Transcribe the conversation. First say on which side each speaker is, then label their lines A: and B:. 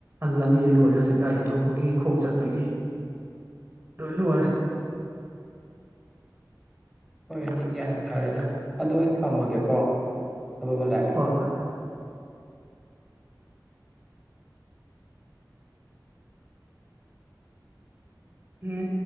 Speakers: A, on the right; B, in the centre.
A: ꯂꯝꯕꯤꯁꯦ ꯂꯣꯏꯔꯦ ꯍꯧꯖꯤꯛ ꯒꯥꯔꯤ ꯊꯧꯕꯒꯤ ꯈꯣꯡ ꯆꯠꯄꯒꯤ ꯂꯣꯏꯂꯨ ꯋꯥꯔꯦ
B: <unintelligible> ꯍꯣꯏ ꯅ ꯀꯒꯌꯥꯟ ꯇꯥꯔꯒꯦꯗ ꯑꯗꯨꯗ ꯑꯩ ꯊꯝꯃꯒꯦꯀꯣ ꯊꯕꯛ ꯑꯃ ꯂꯥꯛꯑꯦ
A: ꯍꯣꯏ ꯍꯣꯏ ꯃ